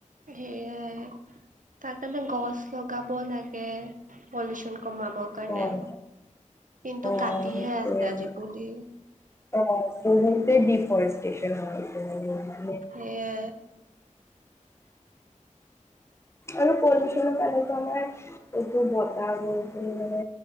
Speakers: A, on the right; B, on the left.
A: সেয়াই তাৰ কাৰণে গছ লগাব লাগে। পলিউচন কমাবৰ কাৰণে
B: অ',
A: কিন্তু
B: অ',
A: কাটিহে আছে
B: সেইটোৱে।
A: আজি পুলি
B: অ ডিফৰেষ্টেশন হয় অহ
A: সেয়ে
B: আৰু পলিউশনৰ কাৰণেতো আমাৰ বেছি বতাহ বৰষুণ মানে